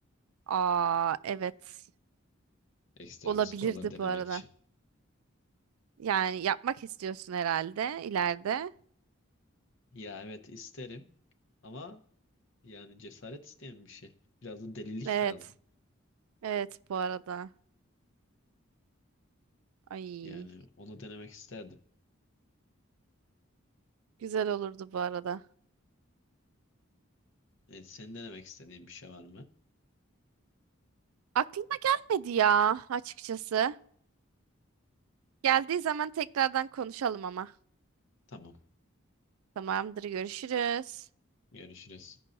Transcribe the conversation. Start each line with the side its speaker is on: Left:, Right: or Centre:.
Right: Aa evet.
Left: Ekstrem
Right: Olabilirdi
Left: sporlar denemek
Right: bu arada.
Left: için.
Right: Yani yapmak istiyorsun herhalde ileride.
Left: Ya evet isterim ama yani cesaret isteyen bir şey. Biraz da delilik
Right: Evet.
Left: lazım.
Right: Evet bu arada. Ay
Left: Yani onu denemek isterdim.
Right: güzel olurdu bu arada.
Left: Evet, senin denemek istediğin bir şey var mı?
Right: Aklıma gelmedi ya açıkçası. Geldiği zaman tekrardan konuşalım ama.
Left: Tamam.
Right: Tamamdır görüşürüz.
Left: Görüşürüz.